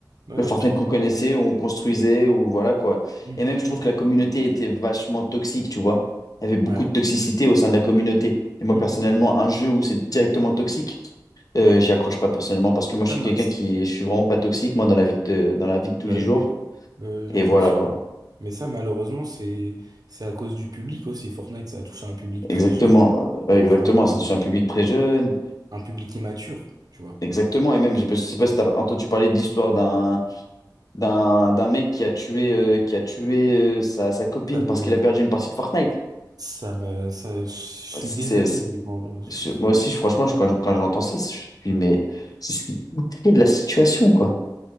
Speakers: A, on the right; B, on the left.
A: ouais,
B: Le
A: non,
B: Fortnite
A: franchement.
B: qu'on connaissait, où on construisait, ou voilà quoi.
A: Mm,
B: Et même, je trouve
A: mm,
B: que
A: mm.
B: la communauté était vachement toxique, tu vois. Il y avait beaucoup
A: Ouais.
B: de toxicité au sein de la communauté. Et moi,
A: Mm,
B: personnellement,
A: mm, mm.
B: un jeu où c'est directement toxique, euh, j'y accroche pas personnellement parce que moi, je
A: Ça
B: suis
A: m'a...
B: quelqu'un qui, je suis vraiment pas toxique, moi, dans la vie de, dans la vie de tous
A: Bah
B: les
A: oui,
B: jours.
A: oui. Euh, non,
B: Et voilà
A: bien sûr.
B: quoi.
A: Mais ça, malheureusement, c'est c'est à cause du public aussi. Fortnite, ça a touché un public
B: Exactement,
A: très jeune,
B: euh,
A: donc
B: exactement.
A: un, un,
B: Ça, c'est un public très jeune.
A: un public immature, tu vois.
B: Exactement, et même, j'ai pas- je sais pas si tu as entendu parler de l'histoire d'un d'un d'un mec qui a tué, euh, qui a tué euh, sa, sa copine
A: Ça me,
B: parce qu'il a perdu une partie de Fortnite.
A: ça me, ça, je suis
B: Ouais, C'est,
A: désabusé.
B: c'est-
A: quand-
B: c'est-
A: c'est-
B: je- moi aussi, je- franchement, je- quand je- quand j'entends ça, je suis, mais je suis outré de la situation, quoi.